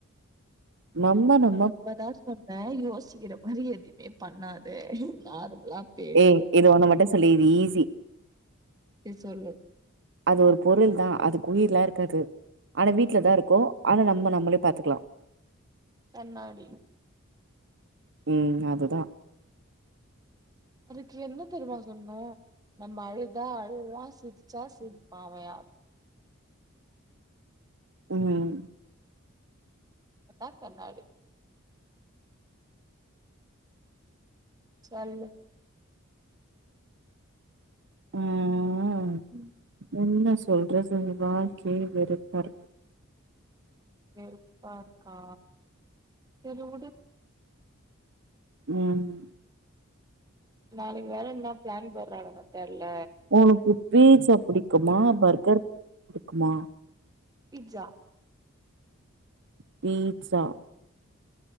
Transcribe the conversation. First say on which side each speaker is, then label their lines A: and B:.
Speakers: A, on the right; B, on the right.
A: நம்மனும்
B: இப்பதா சொன்னே யோசிக்கிற மாதிரி எதுவுமே பண்ணாதே நார்மலா பேசு.
A: ஏய் இது ஒண்ண மட்டு சொல்லு இது ஈஸி
B: சரி சொல்லு
A: அது ஒரு பொருள் தா அதுக்கு உயிரலா இருக்காது ஆனா வீட்ல
B: ம்.
A: தா இருக்கூ ஆனா நம்ம நம்மளே பாத்துக்கலா
B: கண்ணாடி
A: ம் அதுதா
B: அதுக்கு என்ன தெரியமா சொன்னோ நம்ம அழுதா அழுதா சிரிச்சா சிரிப்பா அவ யாரு
A: ம்
B: அட்டா கண்ணாடி சொல்லு
A: அ ஆ
B: ம்
A: என்ன சொல்றது வாழ்க்கைய வெறுப்பாருக்கு
B: வெறுப்பா இருக்கா சரி விடு
A: ம்
B: நாளைக்கு வேற என்ன பிளான் போடுறாங்க தெரல
A: உனக்கு பீட்ஸா புடிக்குமா பர்கர் புடிக்குமா
B: பீட்ஷா
A: பீட்ஷா